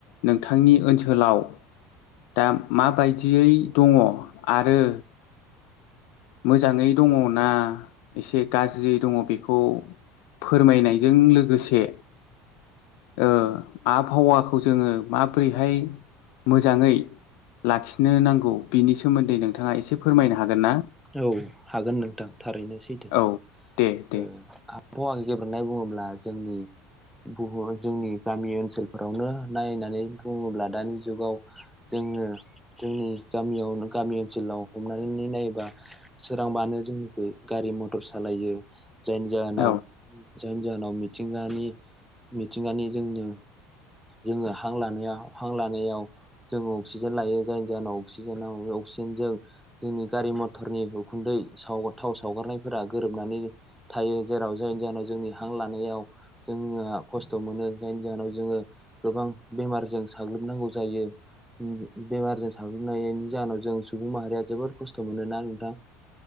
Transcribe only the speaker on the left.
नोंथांनि ओनसोलाव दा माबायदियै दङ आरो मोजाङै दङ ना एसे गाज्रि दङ बेखौ फोरमायनायजों लोगोसे ओ आबहावाखौ जोङो माबोरैहाय मोजाङै लाखिनो नांगौ बिनि सोमोन्दै नोंथाङा एसे फोरमायनो हागोन ना।
औ दे दे
औ